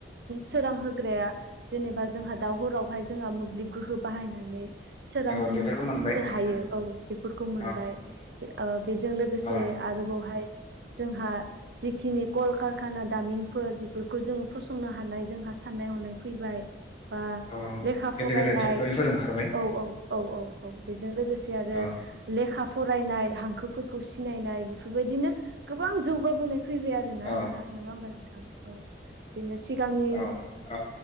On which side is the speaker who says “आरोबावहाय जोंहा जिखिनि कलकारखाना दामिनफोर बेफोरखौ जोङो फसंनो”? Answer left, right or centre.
Right